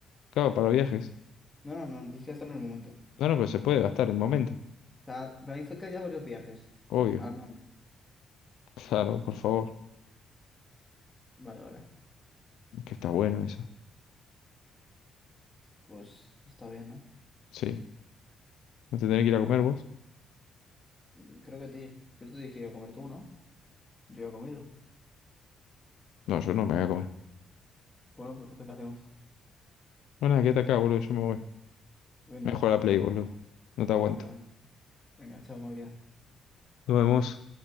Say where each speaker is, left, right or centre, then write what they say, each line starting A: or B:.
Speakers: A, on the left (about 80°); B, on the left (about 15°).
A: claro, para viajes.
B: No, no, no, tienes que gastarlo en el momento. O
A: No, no, pero se puede gastar en momento,
B: sea, para mí fue que ya varios viajes
A: obvio.
B: al
A: <laughs>
B: monte.
A: Claro, por favor,
B: Vale, vale.
A: que está bueno eso.
B: Pues está bien, ¿no?
A: Sí. ¿No te tenés que ir a comer vos?
B: Mm, Creo que te, creo que te tienes que ir a comer tú, ¿no? Yo ya he comido.
A: No, yo no me voy a comer.
B: Bueno, pues entonces, ¿qué hacemos?
A: Bueno, nada, quédate acá, boludo, yo me voy.
B: Venga,
A: Me voy a jugar a la Play, boludo. No te aguanto.
B: venga, venga. Venga, chao, María.
A: Nos vemos.